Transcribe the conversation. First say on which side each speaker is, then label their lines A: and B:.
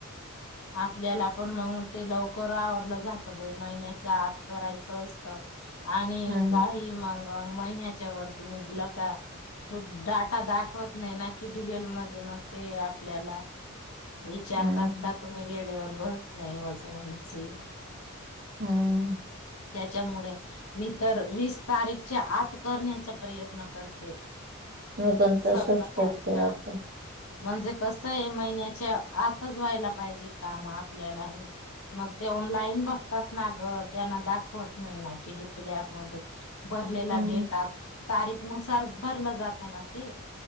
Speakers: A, on the left; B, on the right.
A: आपल्याला पण मग ते लवकर वावरलं जात बइ महिन्याच आत करायचं असत आणि
B: हा
A: काही मग महिन्या च्या वरती निघलं का, तो डाटा दाखवत नाही, ना की डीवेल मध्ये मग ते आपल्याला विचारतात
B: हा
A: ना तुम्ही वेळेवर बघत नाही वजनांचे
B: हा
A: त्याच्यामुळे मी तर वीस तारीखच्या आत करण्याचा प्रयत्न करते.
B: मी पण तसच
A: सगळ
B: करते
A: हा
B: आता.
A: म्हणजे कस आहे महिन्याच्या आताच व्हायला पाहिजे काम आपल्याला हे मग ते ऑनलाईन बघतातना गं. त्यांना दाखवत नाही ना कडलॅफ मध्ये भरलेला
B: हा
A: डेट तारीख नुसार. भरलं जात ना ते.